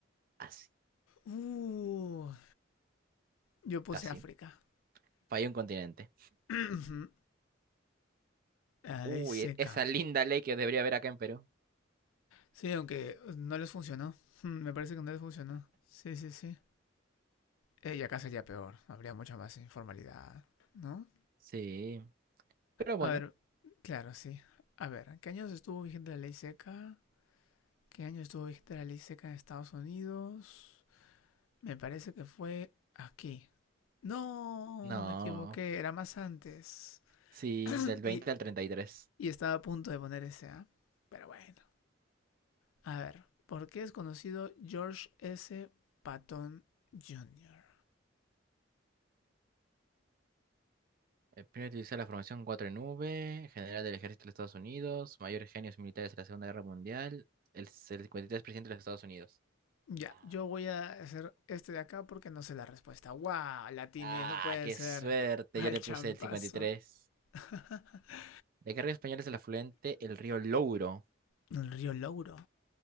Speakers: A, on the right (about 45°); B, on the left (about 85°).
A: Así,
B: Uh, yo puse
A: casi.
B: África.
A: Falló un continente.
B: <clears throat> La
A: Uy,
B: ley seca.
A: e- esa linda ley que debería haber acá en Perú.
B: Sí, aunque uh, no les funcionó. <laughs> Mm, Me parece que no les funcionó. Sí, sí, sí. Eh, y acá sería peor. Habría mucha más informalidad, ¿no?
A: Sí, pero bueno.
B: A ver, claro, sí. A ver, ¿qué años estuvo vigente la ley seca? ¿Qué año estuvo vigente la ley seca en Estados Unidos? Me parece que fue aquí. No,
A: No,
B: me equivoqué. Era más antes. <clears throat>
A: sí, del 20
B: Y,
A: al 33.
B: y estaba a punto de poner ese, ¿ah? Pero bueno. A ver, ¿por qué es conocido George S. Patton Jr.?
A: El primero utilizó la formación 4 en V, general del ejército de los Estados Unidos, mayor genios militares de la Segunda Guerra Mundial, el 53% de los Estados Unidos.
B: Ya,
A: Ah,
B: yo voy a hacer este de acá porque no sé la respuesta. ¡Guau! La atiné,
A: ah,
B: no puede
A: qué
B: ser.
A: suerte,
B: Al
A: yo le
B: champazo.
A: puse el 53.
B: <laughs>
A: De qué río español es el afluente, el río Louro.
B: El río Louro.